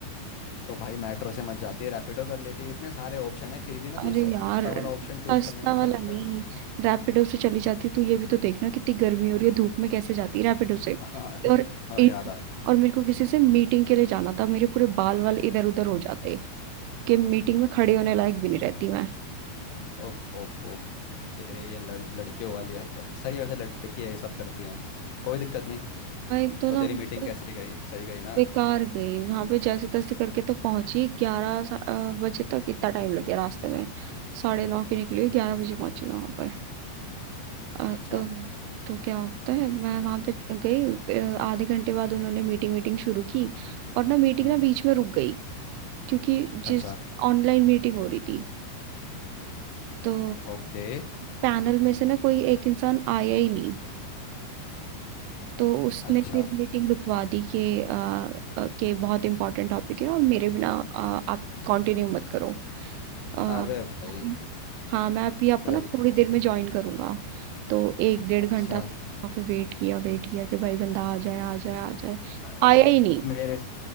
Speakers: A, on the left (about 75°); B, on the right (about 85°).
A: तो भाई मेट्रो से मत जाती है रैपिडो कर लेती है इतने सारे ऑप्शन है फिर भी ना
B: अरे
A: तुझे सस्ता
B: यार
A: वाला ऑप्शन
B: सस्ता
A: चूज करने में अच्छा
B: वाला
A: लगता
B: नहीं
A: है
B: रैपिडो से चली जाती तू ये भी तो देखना कितनी गर्मी हो रही है धूप में कैसे जाती रैपिडो से
A: हाँ
B: और
A: हाँ
B: ए-
A: याद आ गई
B: और मेरे को किसी से मीटिंग के लिए जाना था मेरे पूरे बाल वाल इधर उधर हो जाते कि मीटिंग में खड़े होने लायक भी नहीं रहती मैं
A: ओफ ओफ ओफ तेरे ये लड़, लड़कियों वाली हरकत है। सही है वैसे लड़की है ये सब करती हैं कोई दिक्कत नहीं
B: भाई तो
A: तो
B: ना
A: तेरी
B: वहाँ
A: मीटिंग
B: पे
A: कैसे गई सही गई ना
B: बेकार गई वहां पे जैसे तैसे करके तो पहुंची ग्यारह सा- अ, बजे तक इतना टाइम लग गया रास्ते में साढ़े नौ की निकली ग्यारह बजे पहुंची वहां पे अ,
A: अच्छा
B: तो तो क्या होता है मैं वहां पे गई अ, आधे घंटे बाद उन्होंने मीटिंग वीटिंग शुरू की और ना मीटिंग
A: हम्म
B: ना बीच में रुक गई क्योंकि जिस
A: अच्छा
B: ऑनलाइन मीटिंग हो रही थी तो
A: ओके
B: पैनल में से ना कोई एक इंसान आया ही नहीं तो उसने
A: अच्छा
B: फिर मीटिंग रुकवा दी कि आ, आ, कि बहुत इंपॉर्टेंट टॉपिक है और मेरे बिना आ, आप कंटिन्यू मत करो आ,
A: अबे
B: मैं
A: भाई
B: भी- हाँ मैं अभी आपको
A: सही
B: ना थोड़ी देर में ज्वाइन करूंगा तो एक डेढ़
A: अच्छा
B: घंटा तो वहाँ पे वेट किया वेट किया कि भाई बंदा आ जाए आ जाए आ जाए
A: अरे,
B: आया ही नहीं
A: मेरे